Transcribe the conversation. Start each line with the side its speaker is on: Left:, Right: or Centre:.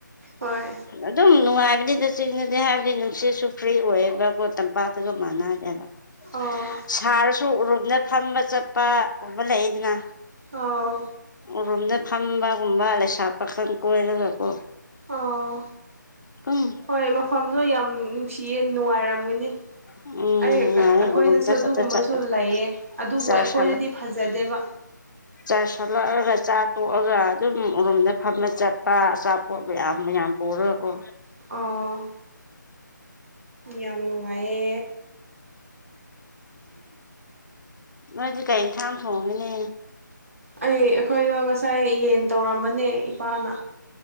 Right: ꯍꯣꯏ
Left: ꯑꯗꯨꯝ ꯅꯨꯡꯉꯥꯏꯕꯅꯤꯗ ꯆꯤꯡꯗꯗꯤ ꯍꯥꯏꯕꯗꯤ ꯅꯨꯡꯁꯤꯠꯁꯨ ꯐ꯭ꯔꯤ ꯑꯣꯏꯌꯦꯕꯀꯣ ꯇꯝꯄꯥꯛꯇꯒ ꯃꯥꯟꯅꯗꯦꯕ
Right: ꯑꯣ
Left: ꯁꯥꯔꯁꯨ ꯑ ꯑꯔꯨꯝꯗ ꯐꯝꯕ ꯆꯠꯄ ꯎꯨꯝꯕ ꯂꯩꯗꯅ
Right: ꯑꯥꯎ
Left: ꯔꯨꯝꯗ ꯐꯝꯕꯒꯨꯝꯕ ꯂꯩꯁꯥ ꯄꯥ ꯈꯪ ꯀꯣꯏꯔꯒꯀꯣ
Right: ꯑꯣ
Left: ꯑꯗꯨꯝ
Right: ꯍꯣꯏ ꯃꯐꯝꯗꯣ ꯌꯥꯝ ꯅꯨꯡꯁꯤꯌꯦ ꯅꯨꯡꯉꯥꯏꯔꯝꯒꯅꯤ
Left: ꯎꯝ ꯅꯨꯡꯉꯥꯏ
Right: ꯑꯩ ꯑꯩꯈꯣꯏꯗꯁꯨ
Left: ꯎꯔꯨꯝꯗ
Right: ꯑꯗꯨꯒꯨꯝꯕꯁꯨ
Left: ꯈꯛꯇ ꯆꯠꯄꯗꯤ
Right: ꯂꯩꯌꯦ ꯑꯗꯨꯕꯨ
Left: ꯆꯔꯁ
Right: ꯑꯩꯈꯣꯏꯗꯗꯤ ꯐꯖꯗꯦꯕ
Left: ꯆꯥꯁꫭꯛꯂꯛꯑꯒ ꯆꯥꯛ ꯇꯣꯛꯑꯒ ꯑꯗꯨꯝ ꯔꯨꯝꯗ ꯐꯝꯅ ꯆꯠꯄ ꯑꯆꯥꯄꯣꯠ ꯃꯌꯥꯝ ꯃꯌꯥꯝ ꯄꯨꯔꯒꯀꯣ
Right: ꯑꫭ ꯌꯥꯝ ꯅꯨꯡꯉꯥꯏꯌꯦ
Left: ꯅꯣꯏꯗꯤꯦ ꯀꯩ ꯌꯦꯟꯁꯥꯡ ꯊꯣꯡꯒꯅꯤ
Right: ꯑꯩ ꯑꯩꯈꯣꯏꯗꯣ ꯉꯁꯥꯏ ꯌꯦꯟ ꯇꯧꯔꯝꯕꯅꯦ ꯏꯄꯥꯅ